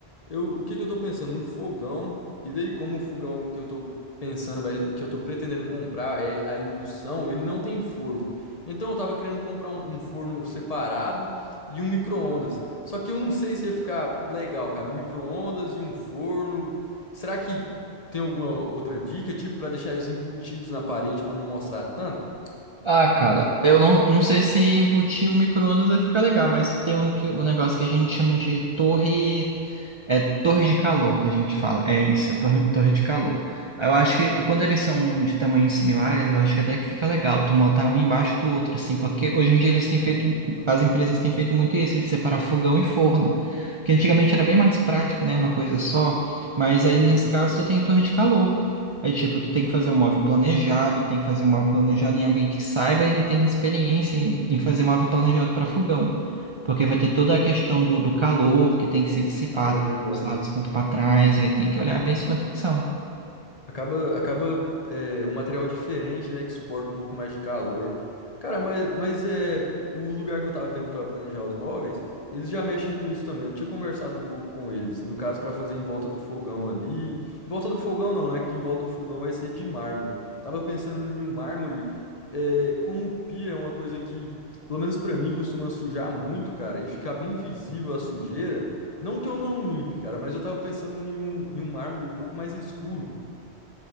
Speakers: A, on the left (about 40°); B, on the right (about 45°).
A: Eu, o que que eu tô pensando? Um fogão. E daí, como o fogão que eu tô pensando, vai, que eu tô pretendendo comprar é a indução, ele não tem forno. Então eu tava querendo comprar um, um forno separado e um micro-ondas. Só que eu não sei se ia ficar legal, cara. Um micro-ondas e um forno. Será que tem alguma outra dica, tipo, pra deixar eles embutidos na parede pra não mostrar tanto?
B: Ah, cara, eu não, não sei se embutir o micro-ondas vai ficar legal, mas tem um, que- um negócio que a gente chama de torre. É torre de calor que a gente fala. É isso, é torre, torre de calor. Eu acho que quando eles são de tamanhos similares, eu acho que até que fica legal tu montar um embaixo do outro, assim, porque hoje em dia eles têm
A: Ah,
B: feito, as empresas têm feito muito isso, de separar fogão e forno, que antigamente era bem mais prático, né, uma coisa só, mas
A: sim,
B: aí nesse
A: cara.
B: caso tu tem torre de calor. É tipo, tu tem que fazer um móvel planejado, tem que fazer um móvel planejado em alguém que saiba e tenha experiência em, em fazer móvel planejado para fogão. Porque vai ter toda a questão do, do calor que tem que se dissipar
A: Ah,
B: tanto
A: é verdade.
B: dos lados quanto para trás, aí tem que olhar bem isso com atenção.
A: Acaba, acaba é, um material diferente, né, que suporta um pouco mais de calor. Cara, mas, mas é, o lugar que eu tava vendo para planejar os móveis, eles já mexem com isso também. Eu tinha conversado um pouco com eles, no caso para fazer em volta do fogão ali. Em volta do fogão não, né, que em volta do fogão vai ser de mármore. Tava pensando em um mármore, é, como pia é uma coisa que, pelo menos para mim, costuma sujar muito, cara, e ficar bem visível a sujeira. Não que eu não limpe, cara, mas eu tava pensando em um, em um mármore um pouco mais escuro.